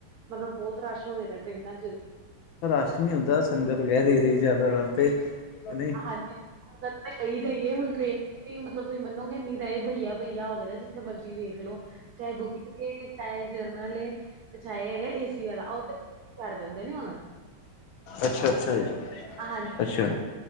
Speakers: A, on the right; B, on the left.
A: ਮਤਲਬ ਬੋ ਰਸ਼ ਹੋਗੇ ਦਾ ਟਰੇਨਾਂ ਚ।
B: ਰਸ਼ ਨੀ ਹੁੰਦਾ ਸੰਗਤ <unintelligible> ਜਾਦਾਤਰ ਤੇ। ਨਹੀਂ
A: ਹਾਂਜੀ <unintelligible> ਹੁਣ ਟਰੇਨ ਕੋਈ ਮਤਲਬ ਤੁਸੀਂ ਮੰਨੋਗੇ ਨੀਰਾ ਈ ਬਈਆ ਬਈਆ ਹੋਗੇ ਨਾ ਜਿੱ ਜਿੱਥੇ ਮਰਜ਼ੀ ਵੇਖ ਲੋ ਚਾਹੇ ਬੁਕਿੰਗ ਏ ਚਾਹੇ ਜਰਨਲ ਏ। ਪਛਾਏ ਹੈਗੈ ਏਸੀ ਆਲਾ ਓਹ ਤੇ ਕਰ ਜਾਂਦੇ ਨੇ ਹੁਣ
B: ਅੱਛਾ-ਅੱਛਾ ਜੀ
A: ਹਾਂਜੀ
B: ਅੱਛਾ।